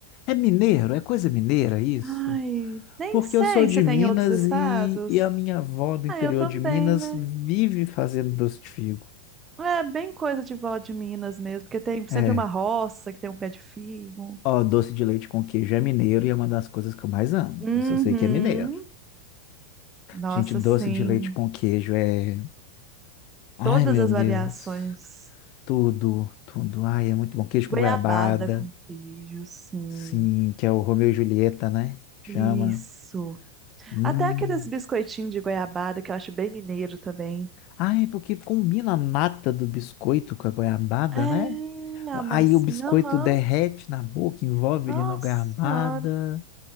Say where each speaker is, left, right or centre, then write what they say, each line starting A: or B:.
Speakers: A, on the left; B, on the right.
A: é mineiro, é coisa mineira isso?
B: Ai, nem
A: Porque
B: sei
A: eu sou de
B: se tem
A: Minas
B: em outros estados.
A: e, e a minha avó do
B: Ah,
A: interior
B: eu também,
A: de Minas
B: né?
A: vive fazendo doce de figo.
B: É bem coisa de vó de Minas mesmo, porque tem sempre
A: É.
B: uma roça que tem um pé de figo.
A: Ó, doce de leite com queijo é mineiro e é uma das coisas que eu mais amo.
B: Uhum.
A: Isso eu sei que é mineiro.
B: Nossa,
A: Gente, doce
B: sim,
A: de leite com queijo é. Ai,
B: todas
A: meu
B: as
A: Deus.
B: variações.
A: Tudo, tudo. Ai, é muito bom. Queijo com
B: Goiabada
A: goiabada.
B: com queijo, sim.
A: Sim, que é o Romeu e Julieta, né? Chama.
B: Isso.
A: Hum.
B: Até aqueles biscoitinhos de goiabada que eu acho bem mineiro também.
A: Ai, porque combina a nata do biscoito com a goiabada,
B: É,
A: né?
B: a massinha,
A: Aí o biscoito
B: aham.
A: derrete na boca, envolve
B: Nossa
A: ele na garrabada.
B: senhora,